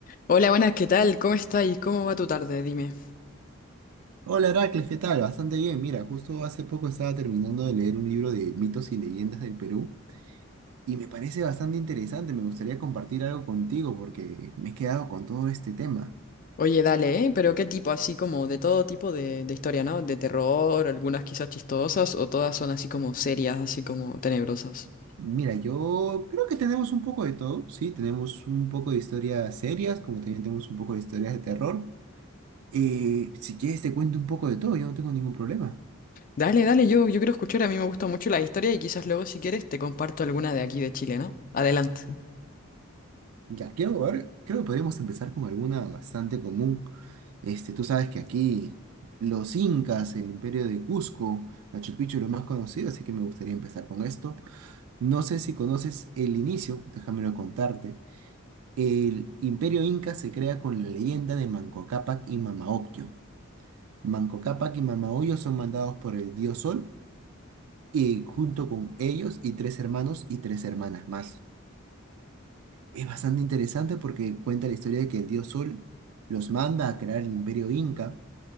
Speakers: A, on the left (about 40°); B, on the right (about 85°).
A: Hola, buenas, ¿qué tal? ¿Cómo estáis? ¿Cómo va tu tarde? Dime.
B: Hola Heracles, ¿qué tal? Bastante bien. Mira, justo hace poco estaba terminando de leer un libro de mitos y leyendas del Perú y me parece bastante interesante. Me gustaría compartir algo contigo porque me he quedado con todo este tema.
A: Oye, dale, ¿eh? Pero qué tipo, así como de todo tipo de, de historia, ¿no? De terror, algunas quizás chistosas, o todas son así como serias, así como tenebrosas.
B: Mira, yo creo que tenemos un poco de todo, ¿sí? Tenemos un poco de historias serias, como también tenemos un poco de historias de terror. Eh, si quieres te cuento un poco de todo, yo no tengo ningún problema.
A: Dale, dale, yo, yo quiero escuchar, a mí me gusta mucho la historia y quizás luego si quieres te comparto alguna de aquí de Chile, ¿no? Adelante.
B: Ya, quiero ver, creo que podríamos empezar con alguna bastante común. Este, tú sabes que aquí los incas, el imperio de Cusco, Machu Picchu, lo más conocido, así que me gustaría empezar con esto. No sé si conoces el inicio, déjamelo contarte. El imperio inca se crea con la leyenda de Manco Cápac y Mamaocllo. Manco Cápac y Mamaocllo son mandados por el dios Sol y junto con ellos y tres hermanos y tres hermanas más. Es bastante interesante porque cuenta la historia de que el dios Sol los manda a crear el imperio inca